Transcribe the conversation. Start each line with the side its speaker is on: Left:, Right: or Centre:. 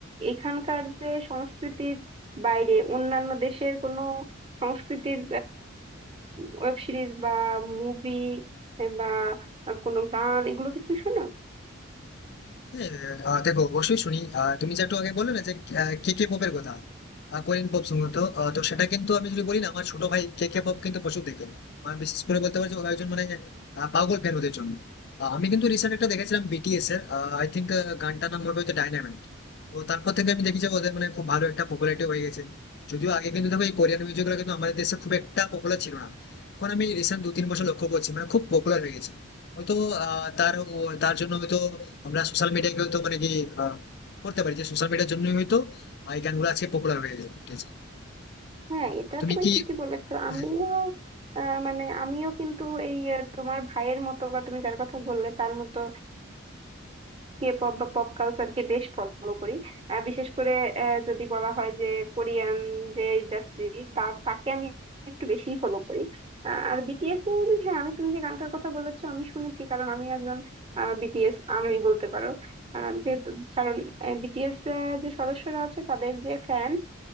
Right: এখানকার যে সংস্কৃতির বাইরে অন্যান্য দেশের কোনো সংস্কৃতির ওয়েব সিরিজ বা মুভি বা কোনো গান এগুলো কি তুমি শোনো
Left: হ্যাঁ, আহ, দেখো অবশ্যই শুনি আহ, তুমি যে একটু আগে বললে না যে কে কে পপের কথা কোরিয়ান পপ সম্ভবত আহ, তো সেটা কিন্তু আমি যদি বলি না আমার ছোট ভাই কে কে পপ কিন্তু প্রচুর দেখেন আমার বিশেষ করে বলতে পারি যে ও একজন মানে আহ, পাগল ফ্যান ওদের জন্য আহ, আমি কিন্তু রিসেন্ট একটা দেখেছিলাম বিটিএস এর আই থিঙ্ক গানটার নাম হবে হয়তো ডাইনামাইট তো তারপর থেকে আমি দেখি যে ওদের মানে খুব ভালো একটা পপুলারিটি হয়ে গেছে যদিও আগে কিন্তু দেখো এই কোরিয়ান মিউজিক গুলো কিন্তু আমাদের দেশে খুব একটা পপুলার ছিল না এখন আমি রিসেন্ট দু তিন বছর লক্ষ্য করছি মানে খুব পপুলার হয়ে গেছে হয়তো আহ, তার ও- তার জন্য হয়তো আমরা সোশ্যাল মিডিয়াকে হয়তো মানে কি আহ, করতে পারি যে সোশ্যাল মিডিয়ার জন্যই হয়তো আহ, এই গানগুলো আজকে পপুলার হয়ে উঠেছে
Right: হ্যাঁ
Left: তো
Right: এটা
Left: তুমি
Right: তুমি
Left: কি
Right: ঠিকই বলেছো
Left: হ্যাঁ,
Right: আমিও আহ, মানে আমিও কিন্তু এই আহ, তোমার ভাইয়ের মতো বা তুমি যার কথা বললে তার মতো কে পপ বা পপ কালচারকে বেশ ফলো করি আহ, বিশেষ করে আহ, যদি বলা হয় যে কোরিয়ান যে ইন্ডাস্ট্রি তা তাকে আমি একটু বেশি ফলো করি আহ, আর বিটিএস এর হ্যাঁ আমি তুমি যে গানটার কথা বলেছো আমি শুনেছি কারণ আমি একজন বিটিএস আর্মি বলতে পারো আহ, যেহেতু কারণ বিটিএস যে সদস্যরা আছে তাদের যে ফ্যান